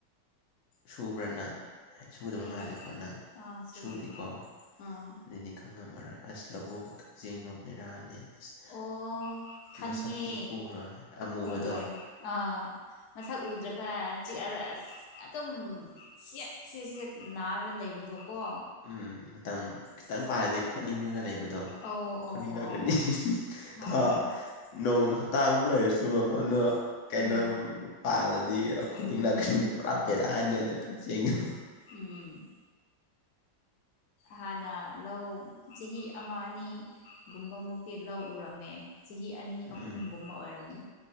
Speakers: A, on the left; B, on the left.
A: ꯁꯨꯕ꯭ꯔ ꯅꯪ ꯍꯥꯏꯗꯤ ꯁꯨꯗꯕ
B: ꯑꯩ
A: ꯃꯥꯜꯂꯦꯀꯣ ꯅꯪ
B: ꯑꯥ ꯁꯨꯒꯤ
A: ꯁꯨꯗꯤꯀꯣ
B: ꯍꯣꯏ ꯑꯥ
A: ꯑꯗꯨꯗꯤ ꯈꯪꯉꯝꯃꯔꯣꯏ ꯑꯁ ꯂꯧꯕꯨꯛꯒꯤ ꯀꯛꯆꯤꯡꯗꯣ ꯕꯦꯔꯥꯅꯦ ꯑꯁ
B: ꯑꯣ ꯈꯪꯉꯦ
A: ꯃꯁꯛꯇꯤ ꯎꯔꯣꯏ ꯑꯃꯨꯕꯗꯣ
B: ꯎꯔꯣꯏ ꯑꯥ ꯃꯁꯥꯛ ꯎꯗ꯭ꯔꯒ ꯆꯤꯛꯑꯒ ꯑꯁ ꯑꯗꯨꯝ ꯁꯦꯠ ꯁꯦꯠꯁꯦ ꯅꯥꯔ ꯂꯩꯕꯗꯣꯀꯣ
A: ꯎꯝ ꯃꯇꯝ ꯈꯤꯇꯪ ꯄꯥꯔꯗꯤ ꯈꯣꯠꯅꯤꯡꯉꯒ ꯂꯩꯕ ꯍꯥꯏꯗꯣ
B: ꯑꯧ ꯑꯧ
A: ꯈꯣꯅꯤꯡꯂꯛꯀꯅꯤ
B: ꯑꯧ
A: <unintelligible> ꯊꯥ
B: ꯑꯧ
A: ꯅꯣꯡ ꯍꯞꯇꯥ ꯑꯃꯃꯨꯛ ꯂꯩꯔꯁꯤ <unintelligible> ꯀꯩꯅꯣ
B: ꯎꯝ
A: ꯄꯥꯜꯂꯗꯤ ꯈꯣꯅꯤꯡ
B: ꯎꯝ
A: ꯂꯥꯛꯀꯟꯗꯤ ꯄꯨꯔꯥ ꯕꯦꯔꯥꯅꯤ ꯑꯗꯨ ꯀꯛꯆꯤꯡꯗꯨ
B: ꯎꯝ ꯍꯥꯟꯅ ꯂꯧ ꯆꯍꯤ ꯑꯃ ꯑꯅꯤ ꯒꯨꯝꯕ ꯃꯨꯛꯇꯤ ꯂꯧ ꯎꯔꯝꯃꯦ ꯆꯍꯤ ꯑꯅꯤ
A: ꯎꯝ
B: ꯑꯍꯨꯝꯒꯨꯝꯕ ꯑꯣꯏꯔꯝꯅꯤ